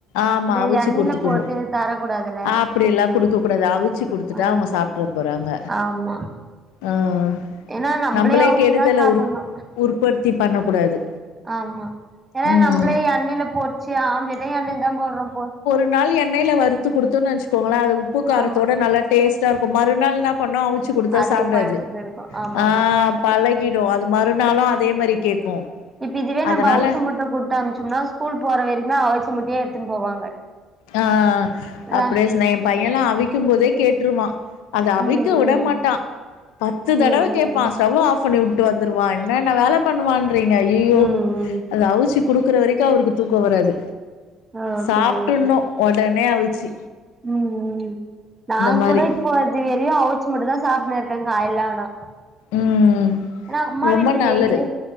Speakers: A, on the left (about 65°); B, on the right (about 15°).
A: ஆமா
B: இந்த
A: அவிச்சு
B: எண்ணெய்ல
A: குடுத்துக்கணு
B: போட்டு தரக்கூடாதுல
A: அப்டில்லா குடுக்க கூடாது அவிச்சி குடுத்துட்டா
B: ஆமா
A: அவுங்க சாப்ட்ற போறாங்க
B: ஆமா
A: அ அ
B: ஏன்னா நம்பளே
A: நம்மளே
B: அவுச்சுதா
A: கெடுதல
B: சாப்புட்ணு
A: உ உற்பத்தி பண்ண கூடாது
B: ஆமா ஏனா
A: ம்
B: நம்மளே எண்ணெய்ல பொறிச்சு ஆம்ளேட்டே எண்ணெய்ல தா போடுறோ போ
A: ஒர் நாள் எண்ணெய்ல வருத்து குடுத்துன்னு வச்சுக்கோங்ளே அது உப்புக்காரத்தோட
B: ஆமா
A: நல்லா டேஸ்டா இருக்கோ மறுநாள் இன்னா பண்னோ அவு வச்சு குடுத்தா
B: அதே
A: சாப்டாது
B: பழக்கத்துல இருக்கோ ஆமா
A: அ
B: ஆமா
A: பழகிடு அது மறுநாளு அதே மாரி கேக்கு
B: இப்ப இதுவே நம்ம
A: அதனால
B: அவுச்ச முட்ட குடுத்தம்சோம்னா ஸ்கூல் போற வரையுமே அவுச்ச முட்டயே எடுத்துனு போவாங்க
A: அ அ
B: இல்ல
A: அப்டியே சொன்ன ஏ பையல்லா அவிக்கும் போதே கேட்டுருவா அத அவிக்க
B: ம்
A: விட மாட்டா பத்து
B: ம் ம்
A: தடவ கேப்பா ஸ்டவ் ஆஃப் பண்ணி உட்டு வந்துருவா என்னன்ன வேல பண்ணுவான்றீங்க ஐயய்யோ
B: ம் ம் ம்
A: அது அவுச்சு குடுக்குற வரைக்கோ அவருக்கு தூக்கோ வராது
B: அ ஓகே
A: சாப்ட்டுன்னு
B: ஓகே
A: ஒடனே அவுச்சி
B: ம் ம் நாங்
A: மாரி
B: கூட இப்போது வரையு அவுச்ச முட்ட தா சாப்ட்டுன்னு இருக்க காலையில ஆனா
A: ம் ம்
B: ஏன்னா அம்மா
A: ரொம்ப
B: வீட்ல
A: நல்லது
B: டெய்லியு